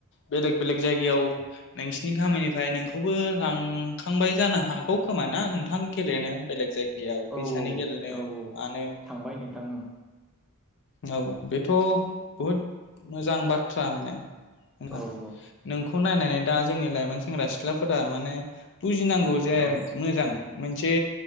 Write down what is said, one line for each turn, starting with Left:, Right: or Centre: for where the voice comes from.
Left: बेलेग बेलेग जायगायाव नोंसिनि गामिनिफ्राय नोंखौबो लांखांबाय जानो हागौ खोमा ना नोंथां गेलेनो बेलेग जायगायाव
Centre: औ
Left: फैसानि
Centre: औ
Left: गेलेनो
Centre: औ औ
Left: मानो
Centre: थांबाय नोंथां ओं
Left: औ बेथ' बहुद मोजां बाथ्रा माने। नोंखौ
Centre: औ
Left: खौ नायनानै दा जोंनि लाइमोन सेंग्रा सिख्लाफोरा माने बुजिनांगौ जे
Centre: औ
Left: मोजां। मोनसे